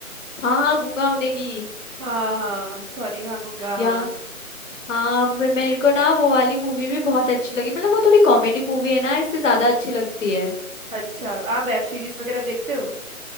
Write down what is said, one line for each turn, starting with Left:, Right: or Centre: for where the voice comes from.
Left: हाँ हाँ गूंगा होने की
Right: हाँ हाँ सॉरी हाँ गूंगा हाँ
Left: यार हाँ मे- मेरे को ना वो वाली मूवी भी बहुत अच्छी लगी मतलब वो थोड़ी कॉमेडी मूवी है ना इससे ज्यादा अच्छी लगती है
Right: अच्छा आप वेब सीरीज वगैरह देखते हो